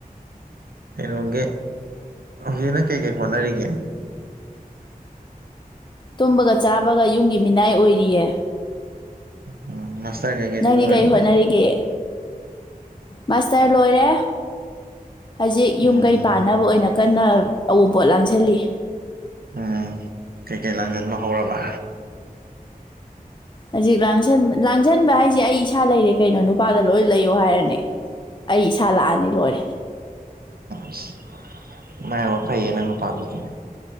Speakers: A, on the right; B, on the left.
A: ꯀꯩꯅꯣꯒꯤ ꯍꯧꯖꯤꯛꯅ ꯀꯩꯀꯩ ꯍꯣꯠꯅꯔꯤꯒꯦ꯫
B: ꯇꯨꯝꯕꯒ ꯆꯥꯕꯒ ꯌꯨꯝꯒꯤ ꯃꯤꯅꯥꯏ ꯑꯣꯏꯔꯤꯌꯦ
A: ꯎꯝ ꯃꯥꯁꯇꯔ ꯀꯩꯀꯩꯗꯤ
B: ꯅꯪꯗꯤ
A: ꯂꯣꯏꯔꯕꯣ
B: ꯀꯩ ꯍꯣꯠꯅꯔꯤꯒꯦ꯫ ꯃꯥꯁꯇꯔ ꯂꯣꯏꯔꯦ꯫ ꯍꯧꯖꯤꯛ
A: ꯎꯝ
B: ꯌꯨꯝ ꯀꯩ ꯄꯥꯟꯅꯕ ꯑꯣꯏꯅ ꯀꯟꯅ ꯑꯋꯣꯟꯄꯣꯠ ꯂꯥꯡꯁꯤꯜꯂꯤ
A: ꯎꯝ ꯀꯩꯀꯩ ꯂꯥꯡꯖꯤꯟꯕ ꯍꯧꯔꯕ꯫
B: ꯍꯧꯖꯤꯛ ꯂꯥꯡꯟ ꯂꯥꯡꯁꯟꯕ ꯍꯥꯏꯁꯦ ꯑꯩ ꯏꯁꯥ ꯂꯩꯔꯦ ꯀꯩꯅꯣ ꯅꯨꯄꯥꯗ ꯂꯣꯏ ꯂꯩꯌꯣ ꯍꯥꯏꯔꯅꯦ꯫ ꯑꯩ ꯏꯁꯥ ꯂꯥꯛꯑꯅꯤ ꯂꯣꯏꯔꯦ
A: ꯢꯁ ꯃꯔꯥꯏꯕꯛ ꯐꯩꯍꯦ ꯅꯪ ꯅꯨꯄꯥꯗꯨꯗꯤ